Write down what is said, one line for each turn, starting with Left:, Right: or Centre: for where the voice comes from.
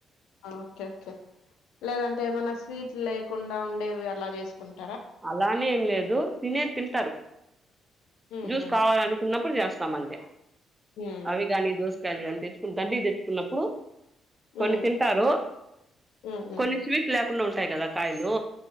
Left: ఓకే ఓకే లేదంటే ఏమన్నా స్వీట్లు లేకుండా ఉండేవి అలా చేసుకుంటా
Right: అలానే ఏం లేదు తినే తింటారు
Left: ఉమ్
Right: జ్యూస్
Left: ఉమ్
Right: కావాలనుకున్నప్పుడు ఇప్పుడు చేస్తామ అంతే
Left: ఉమ్
Right: అవి కానీ దోస్త కానీ తెచ్చుకు దండిగ తెచ్చుకున్నప్పుడు కొన్ని
Left: ఉమ్
Right: తింటారు
Left: ఉమ్ ఉమ్
Right: కొన్ని స్వీట్ లేకుండా ఉ ఉంటాయి కదా కాయలు